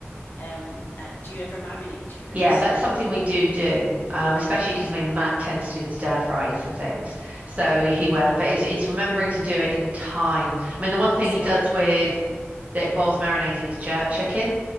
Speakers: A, on the left; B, on the right.
A: Um, uh, do you ever marinate yours?
B: Yeah, that's something we do do, um, especially because my Matt tends to do the stir fries and things, so he will. But it's it's remembering to do it in time. I mean, the one
A: That's
B: thing he
A: it.
B: does with that involves marinating is jerk chicken,